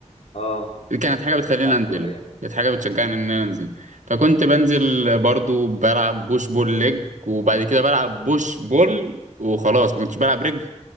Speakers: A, on the left; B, on the right.
A: اه
B: دي كانت حاجة بتخليني
A: ايوه
B: أنزل
A: ايوه
B: كانت حاجة بتشجعني إن أنا أنزل فكنت بنزل برضو بلعب بوش بول ليج وبعد كده بلعب بوش بول وخلاص ما كنتش بلعب رجل